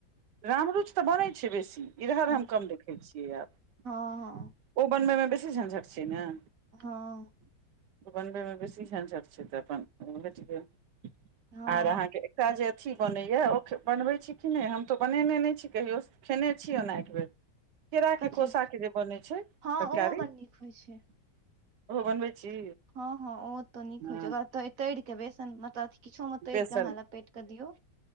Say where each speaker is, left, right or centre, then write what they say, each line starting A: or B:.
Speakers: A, on the right; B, on the right.
A: रामरुचि तऽ बनै छै बेसी इधर
B: हँ
A: हम कम देखै छियै आब
B: हँ
A: ओ बनबैमे बेसी झंझट छै ने
B: हँ
A: बनबैमे बेसी झंझट छै त अपन भेट गेल
B: हँ
A: आर अहाँके एकरा जे अथी बनैया ओ बनबै छी कि नइ हम तऽ बनेने नइ छी कहियो खेने छियै ओना एक बेर केरा
B: कथी
A: के कोसा के जे बनै छै
B: हँ
A: तरकारी
B: ओहो बड़ नीक होइ छै
A: ओहो बनबै छी
B: हँ हँं ओ तो नीक
A: हँ
B: होइ छै ओकरा तर के बेसन मतलब अ किछो मे तरिकऽ
A: बेसन
B: अहाँ लपेट कऽ दियौ